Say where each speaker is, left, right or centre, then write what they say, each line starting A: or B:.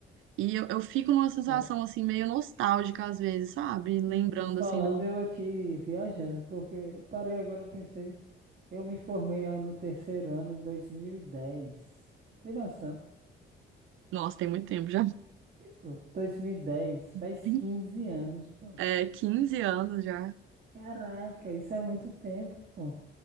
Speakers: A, on the right; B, on the right.
A: E eu, eu fico numa sensação,
B: É,
A: assim, meio nostálgica às vezes, sabe? Lembrando,
B: tô, tô falando
A: assim, do...
B: eu aqui viajando, porque eu parei agora, eu pensei, eu me formei ao- no terceiro ano em 2010. Tem noção?
A: Nossa, tem muito tempo já.
B: Tipo, 2010, faz
A: <laughs>
B: 15 anos, pô.
A: É, 15 anos já.
B: Caraca, isso é muito tempo, pô.